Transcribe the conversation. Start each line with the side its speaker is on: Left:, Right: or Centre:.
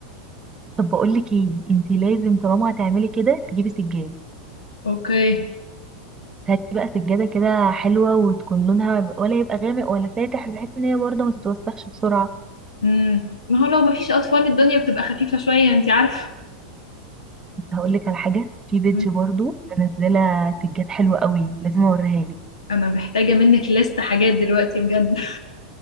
Right: طب بقول لك ايه انت لازم طالما هتعملي كده تجيبي سجاد
Left: اوكي
Right: هاتي بقى سجادة كده حلوة وتكون لونها ولا يبقى غامق ولا فاتح بحيث ان هي برضه ما تتوسخش بسرعة
Left: امم ما هو لو مفيش اطفال الدنيا بتبقى خفيفة شوية انت عارفة
Right: هقول لك على حاجه في بيج
Left: مم.
Right: برضو منزله سجاد حلوه قوي لازم اوريها لك
Left: انا محتاجة منك لست حاجات دلوقتي بجد